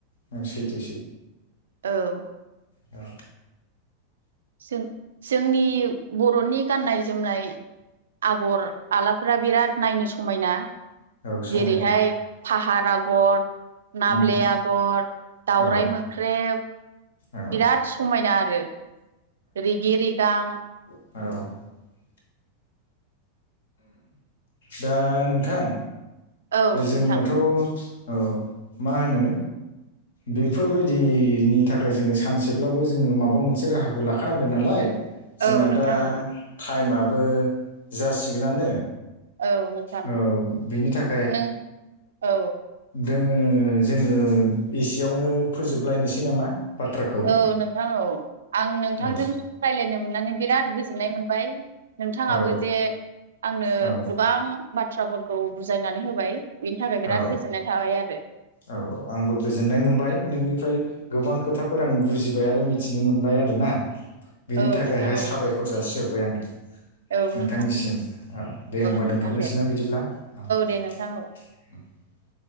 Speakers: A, on the left; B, on the right.
A: औ सैथो
B: औ।
A: औ।
B: जों जोंनि बर'नि गाननाय जोमनाय आगर आलाफोरा बिराद नायनो समायना
A: औ
B: जेरैहाय
A: समायना।
B: फाहार आगर नाब्ले
A: उम
B: आगर दावराइ
A: औ
B: मोख्रेब
A: औ
B: बिराद
A: औ
B: समायना आरो रेगि रिगां
A: औ। दा नोंथां
B: औ
A: जोंनाथ'
B: नोंथां
A: औ मा होनो बेफोरबायदिनि थाखाय जोङो सानसेब्लाबो जोङो माबा मोनसे राहाखौ लाखानांगोन नालाय जोंना
B: औ नोंथां
A: दा
B: औ
A: टाइमाबो जासिगोनानो
B: औ नोंथां
A: औ बेनि थाखाय
B: नों औ।
A: दे जोङो एसेयावनो फोजोबलायलायनोसै नामा? बाथ्राखौ
B: औ नोंथां औ आं नोंथांजों
A: औ
B: रायलायनो मोननानै बिराद गोजोननाय मोनबाय। नोंथाङाबो
A: औ
B: जे आंनो
A: औ
B: गोबां बाथ्राफोरखौ बुजायनानै होबाय। बेनि थाखाय बिराद
A: औ
B: गोजोननाय थाबाय आरो
A: औ औ आंबो गोजोननाय मोनबाय नोंनिफ्राय गोबां खोथाफोर आं बुजिबाय आरो मिथिनो मोनबाय आरोना। बिनि
B: औ
A: थाखायहाय
B: नोंथां औ
A: साबायखर जासिहरबाय आं।
B: औ
A: नोंथांनिसिम
B: नोंथां
A: औ दे होमबा
B: नोंथां
A: दोन्थ'लायसै
B: दे
A: ना बिदिब्ला औ।
B: दे नोंथां औ
A: <inaudible>